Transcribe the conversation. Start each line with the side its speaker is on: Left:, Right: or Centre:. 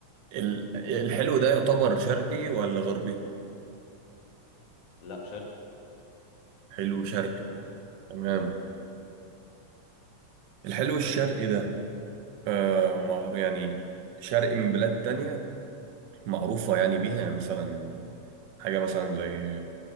Right: ال- الحلو ده يعتبر شرقي ولا غربي
Left: لا شرقي
Right: حلو شرقي
Left: ماشي
Right: تمام
Left: امم
Right: الحلو الشرقي ده آه، مع يعني شرقي من بلاد تانية معروفة يعني بيها يعني مثلا حاجة مثلا زي